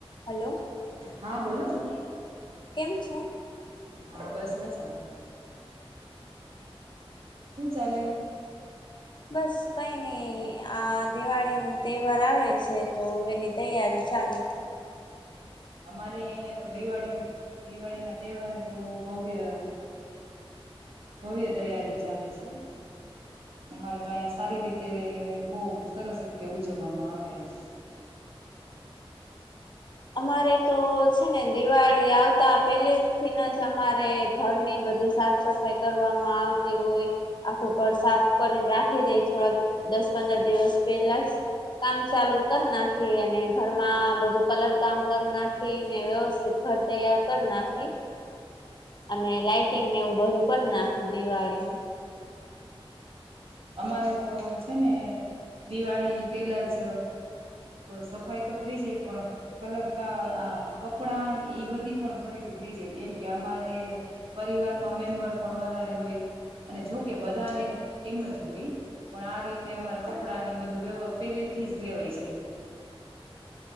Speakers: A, on the left; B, on the right.
A: હલો.
B: હા બોલો બોલો.
A: કેમ છુ
B: હા બસ મજામાં. શું ચાલે.
A: બસ કઈ નઈ આ દિવાળી ની તહેવાર આવે છે તો એની તૈયારી ચાલે.
B: અમારે અહિયાં તો દિવાળી ની દિવાળી ના તહેવારની તો ભવ્ય ભવ્ય તૈયારી ચાલે છે અમારે તો અહં સારી રીતે બહ સરસ રીતે ઉજવવામાં આવે એમ.
A: અમારે તો છે ને દિવાળી આવતા પેલે થીને જ અમારે ઘરની બધી સાફ સફાઈ કરવામાં આવતી હોય આખું ઘર સાફ કરીને રાખી દે થોડા દસ પંદર દિવસ પહેલા જ કામ ચાલુ કરી નાખી અને ઘરમાં બધું કલર. કામ કરી નાખી ને વ્યવસ્થિત ઘર તૈયાર કરી નાખી અને લાઈટંગને એવું બધું કરી નાખી દિવાળીમાં.
B: અમારે તો છે ને દિવાળી પેલા જ સફાઈ તો થઈ જાય પણ કલર ક આ કપડા ને ઈ બધી પણ ખરીદી થઈ જાય કેમકે અમારે પરિવારમાં મેમ્બર પણ વધારે હોય અને જોકે બધાને એમ જ પણ આ રીતે અમારે કપડા ની બધું વ્યવ પેલેથી જ લેવાય જાય.